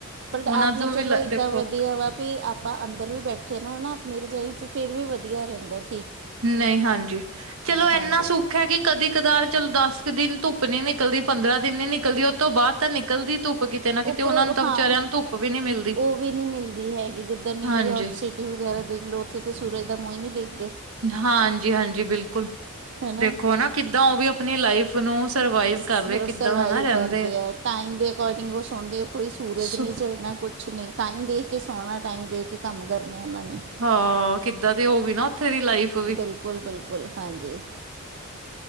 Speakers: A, on the right (about 55°); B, on the right (about 75°).
A: ਬਟ
B: ਉਹਨਾਂ
A: ਆਪ ਨੇ
B: ਨੂੰ
A: ਚਲੋ
B: ਵੀ
A: ਏਦਾਂ
B: ਦੇਖੋ
A: ਵਧੀਆ ਵਾ। ਵੀ ਆਪਾਂ ਅੰਦਰ ਵੀ ਬੈਠੇ ਨੂੰ ਨਾ ਆਪਣੀ ਰਜਾਈ 'ਚ ਫਿਰ ਵੀ ਵਧੀਆ ਰਹਿੰਦਾ ਜੀ।
B: ਨਹੀਂ ਹਾਂਜੀ, ਚਲੋ ਇੰਨਾ
A: ਹਾਂਜੀ
B: ਸ ਕਿ ਕਦੀ ਕਦਾਰ ਚਲੋ ਦਸ ਕੁ ਦਿਨ ਧੁੱਪ ਨੀ ਨਿਕਲਦੀ, ਪੰਦਰਾਂ ਦਿਨ ਨੀ ਨਿਕਲਦੀ। ਤੋਂ ਬਾਅਦ ਤਾਂ ਨਿਕਲਦੀ ਧੁੱਪ ਕਿਤੇ ਨਾ ਕਿਤੇ,
A: ਉੱਪਰੋਂ
B: ਉਹਨਾਂ ਨੂੰ ਤਾਂ
A: ਹਾਂ
B: ਵਿਚਾਰਿਆਂ
A: ਉਸ
B: ਨੂੰ ਧੁੱਪ ਵੀ ਨੀ ਮਿਲਦੀ।
A: ਉਹ ਵੀ ਨਹੀਂ ਮਿਲਦੀ ਹੈਗੀ ਜਿੱਦਾਂ ਨਿਊਯੋਰਕ
B: ਹਾਂਜੀ,
A: ਸਿਟੀ ਵਗੈਰਾ ਦੇਖ ਲਓ, ਉੱਥੇ ਤਾਂ ਸੂਰਜ ਦਾ ਮੂੰਹ ਨਹੀਂ ਦਿਖ।
B: ਹਾਂਜੀ-ਹਾਂਜੀ ਬਿਲਕੁਲ
A: ਹੈਨਾ
B: ਦੇਖੋ ਨਾ ਕਿੱਦਾਂ ਉਹ ਵੀ। ਆਪਣੀ ਲਾਈਫ ਨੂੰ ਸਰਵਾਈਵ
A: ਸਰਵਾਈਵ
B: ਕਰ ਰਹੇ ਕਿੱਦਾਂ ਹਨਾ ਰਹਿੰਦੇ
A: ਕਰਦੇ
B: ਆ।
A: ਹੈ, ਟਾਈਮ ਦੇ ਅਕੋਡਿੰਗ ਉਹ ਸੌਂਦੇ। ਕੋਈ ਸੂਰਜ
B: ਸੋ
A: ਨਹੀਂ ਝੱਲਣਾ ਕੁਛ ਨਹੀਂ ਟਾਈਮ ਦੇ ਕੇ ਸੌਣਾ, ਟਾਈਮ ਦੇ ਕੇ ਕੰਮ ਕਰਨੇ ਉਹਨਾਂ ਨੇ।
B: ਹਾਂ ਕਿੱਦਾਂ ਦੇ ਹੋ ਵੀ ਨਾ। ਉੱਥੇ ਦੀ ਲਾਈਫ ਵੀ।
A: ਬਿਲਕੁਲ ਬਿਲਕੁਲ ਹਾਂਜੀ।